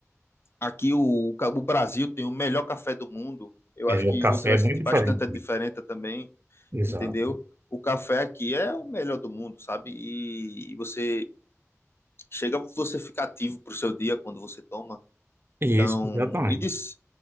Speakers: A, on the left; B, on the right.
A: Aqui o, o Brasil tem o melhor café do mundo. Eu
B: É,
A: acho
B: o
A: que
B: café
A: você vai
B: é bem
A: sentir
B: diferente.
A: bastante a diferença também,
B: Exato.
A: entendeu? O café aqui é o melhor do mundo, sabe? E, e você chega, você fica ativo pro seu dia quando você toma.
B: Isso,
A: Então,
B: exatamente.
A: e diz,